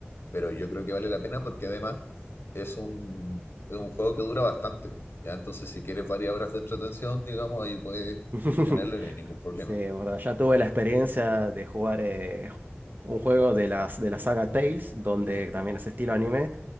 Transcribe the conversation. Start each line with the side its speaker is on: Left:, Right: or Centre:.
Left: pero yo creo que vale la pena porque además es un, es un juego que dura bastante, ¿ya? Entonces, si quieres varias horas de entretención, digamos, ahí puedes
Right: <laughs>
Left: tenerlo y no hay ningún problema.
Right: Sí, es verdad. Ya tuve la experiencia de jugar eh, un juego de las, de la saga Tales, donde también es estilo anime,